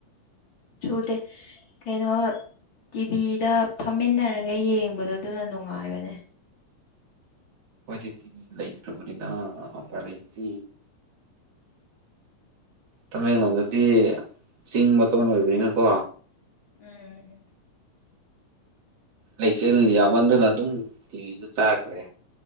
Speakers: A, on the left; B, on the right.
A: ꯆꯨꯗꯦ ꯀꯩꯅꯣ ꯇꯤꯚꯤꯗ ꯐꯝꯃꯤꯟꯅꯔꯒ ꯌꯦꯡꯕꯗꯣ ꯑꯗꯨꯅ ꯅꯨꯡꯉꯥꯏꯕꯅꯦ
B: ꯍꯣꯏꯗꯤ ꯇꯤ ꯚꯤ ꯂꯩꯇ꯭ꯔꯕꯅꯤꯅ ꯑꯣꯄꯥꯏ ꯂꯩꯇꯦ ꯇꯃꯦꯡꯂꯣꯡꯗꯗꯤ ꯆꯤꯡ ꯃꯇꯣꯟ ꯑꯣꯏꯕꯅꯤꯅꯀꯣ
A: ꯎꯝ
B: ꯂꯩꯆꯤꯜ ꯌꯥꯝꯃꯟꯗꯅ ꯑꯗꯨꯝ ꯇꯤꯚꯤꯖꯨ ꯆꯥꯛꯈ꯭ꯔꯦ